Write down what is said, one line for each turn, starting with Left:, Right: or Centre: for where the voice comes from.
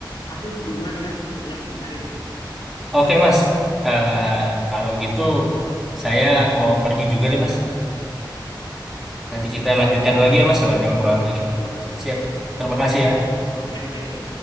Left: aku duluan ya. Kayaknya aku dicariin deh.
Centre: Oke Mas, Eh, kalau gitu saya mau pergi juga deh Mas. Nanti kita lanjutkan lagi ya Mas kalau
Left: Oke.
Centre: ada obrolan lagi.
Left: Terima kasih ya.
Centre: Siap. Terima kasih ya.
Left: Oke, oke, oke.